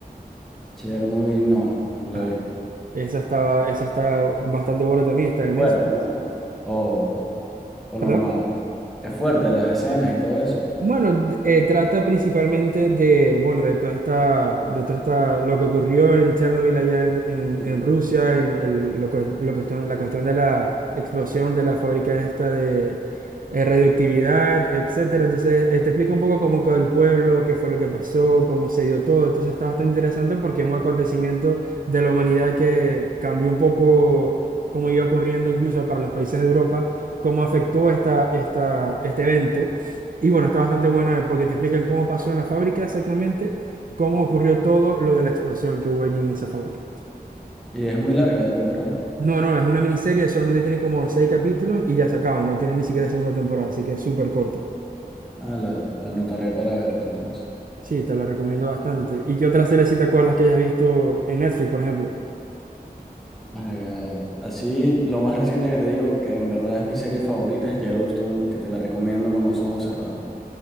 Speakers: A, in the centre; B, on the right (about 60°).
A: Chernobyl, no, no
B: Ah,
A: la vi.
B: esa estaba, esa está bastante buena también, está
A: Es
B: en
A: fuerte,
B: Netflix.
A: ¿no? O, o normal.
B: ¿Perdón?
A: Es fuerte las escenas y todo eso.
B: Bueno, eh, trata principalmente de, bueno, de toda esta, de toda esta, lo que ocurrió en Chernobyl allá en, en-
A: Sí.
B: en Rusia, en el- lo, que- lo cuestión, la cuestión de la explosión de la fábrica esta de eh, radioactividad, etcétera. Entonces, eh, te explica un poco cómo quedó el pueblo, qué fue lo que pasó, cómo se dio todo. Entonces, está bastante interesante porque es un acontecimiento de la humanidad que cambió un poco cómo iba ocurriendo incluso para los países de Europa, cómo afectó esta, esta, este evento y bueno, está bastante buena porque te explican cómo pasó en la fábrica exactamente, cómo ocurrió todo lo de la explosión que hubo allí en esa fábrica.
A: Y es muy larga la temporada.
B: No, no, es una miniserie, solamente tiene como seis capítulos y ya se acaba, no tiene ni siquiera segunda temporada, así que es súper corta.
A: Ah, la, la anotaré para verla entonces.
B: Sí, te la recomiendo bastante. ¿Y qué otra serie si te acuerdas que hayas visto en Netflix, por ejemplo?
A: My God. Así, lo más reciente que te digo, que en verdad es mi serie favorita, es Yellowstone, que te la recomiendo con los ojos cerrados.